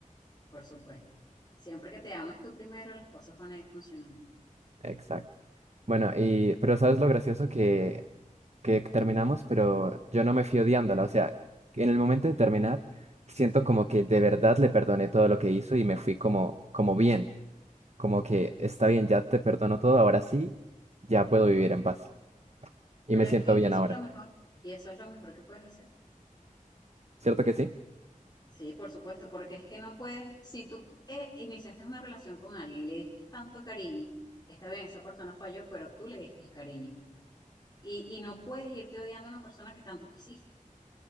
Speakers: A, on the left; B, on the right.
A: por supuesto. Siempre que te ames tú primero, las cosas van a ir funcionando.
B: Exacto. Bueno, y pero ¿sabes lo gracioso que, que terminamos? Pero yo no me fui odiándola. O sea, que en el momento de terminar, siento como que de verdad le perdoné todo lo que hizo y me fui como, como bien. Como que está bien, ya te perdono todo, ahora sí, ya puedo vivir en paz. Y
A: Pero
B: me siento
A: es que
B: bien
A: eso
B: ahora.
A: es lo mejor y eso es lo mejor que puedes hacer.
B: ¿Cierto que sí?
A: Sí, por supuesto, porque es que no puedes, si tú eh, iniciaste una relación con alguien y le diste tanto cariño, está bien, esa persona falló, pero tú le diste cariño. Y, y no puedes irte odiando a una persona que tanto quisiste.